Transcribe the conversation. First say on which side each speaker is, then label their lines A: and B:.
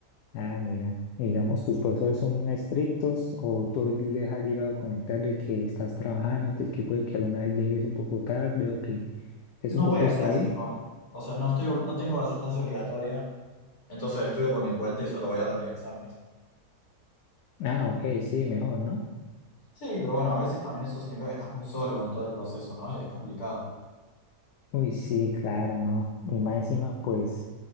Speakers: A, on the left; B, on the left.
A: Ah, mira, y digamos, ¿tus profesores son estrictos o tú les has llegado a comentar de que estás trabajando, entonces que puede que alguna vez llegues un poco tarde o que estés
B: No
A: un poco
B: voy a
A: distraído?
B: clases yo, o sea, no estoy, no tengo asistencia obligatoria, entonces estudio por mi cuenta y solo voy a rendir exámenes.
A: Ah, ok, sí, mejor, ¿no?
B: Sí, pero bueno, a veces también eso significa que estás muy solo en todo el proceso, ¿no? Y es complicado.
A: Uy, sí, claro, ¿no? Y más encima, pues,